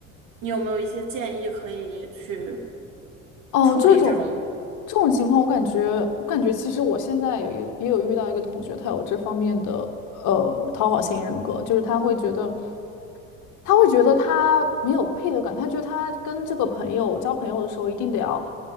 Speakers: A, on the right; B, on the left.
A: 你有没有一些建议可以去
B: 哦，
A: 处理这种？
B: 这种这种情况，我感觉，我感觉其实我现在有一也有遇到一个同学，他有这方面的呃讨好型人格，就是他会觉得，他会觉得他没有配得感，他觉得他跟这个朋友交朋友的时候，一定得要